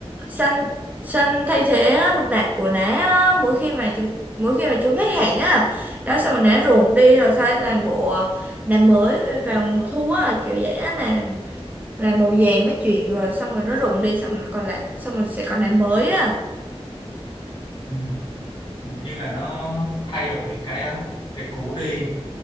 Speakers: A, on the right (about 15°); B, on the left (about 45°).
A: xanh xanh thay thế á, nụp nạp của nó á, mỗi khi mà chúng mỗi khi mà chúng hết hạn á đó xong rồi nã ruộng đi rồi sai toàn bộ ờ, nã mới vào mùa thu á kiểu dễ là là màu vàng nó chuyển rồi xong rồi nó rụng đi xong rồi còn lại xong rồi sẽ còn nã mới á
B: Ừ. như là nó thay đổi cái cái cũ đi